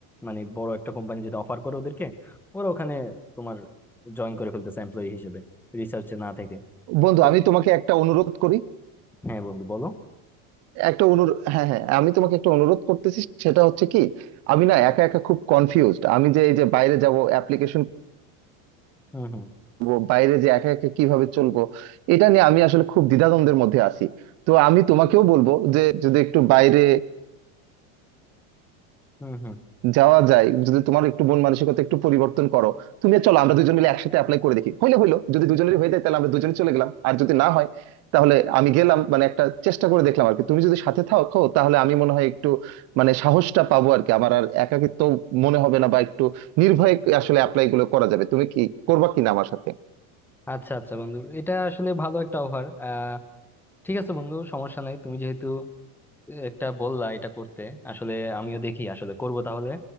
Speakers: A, in the centre; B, on the right.
A: মানে বড় একটা কোম্পানি যেটা অফার করে ওদেরকে ওরা ওখানে তোমার জয়েন করে ফেলতেছে এমপ্লয়ি হিসেবে রিসার্চে না থেকে
B: বন্ধু
A: তো
B: আমি তোমাকে একটা অনুরোধ করি
A: হ্যাঁ বন্ধু বলো
B: একটা অনুরোধ হ্যাঁ হ্যাঁ আমি তোমাকে একটা অনুরোধ করতেছি সেটা হচ্ছে কি আমি না একা একা খুব কনফিউজড আমি যে এই যে বাইরে যাব অ্যাপ্লিকেশন
A: হুম হুম
B: করব বাইরে যে একা একা কিভাবে চলবো এটা নিয়ে আমি আসলে খুব দ্বিধাদ্বন্দ্বের মধ্যে আছি তো আমি তোমাকেও বলবো যে যদি একটু বাইরে
A: হুম হুম
B: যাওয়া যায় যদি তোমার একটু মন মানসিকতা একটু পরিবর্তন করো তুমি আর চলো আমরা দুজন মিলে একসাথে অ্যাপ্লাই করে দেখি হইলে হইলো যদি দুজনেরই হয়ে যায় তাহলে আমরা দুজনে চলে গেলাম আর যদি না হয় তাহলে আমি গেলাম মানে একটা চেষ্টা করে দেখলাম আর কি তুমি যদি সাথে থাকো তাহলে আমি মনে হয় একটু মানে সাহসটা পাবো আর কি আমার আর একাকিত্ব মনে হবে না বা একটু নির্ভয়ে আসলে অ্যাপ্লাই গুলো করা যাবে তুমি কি করবা কিনা আমার সাথে
A: আচ্ছা আচ্ছা বন্ধু এটা আসলে ভালো একটা অফার আহ ঠিক আছে বন্ধু সমস্যা নাই তুমি যেহেতু একটা বললা এটা করতে আসলে আমিও দেখি আসলে করব তাহলে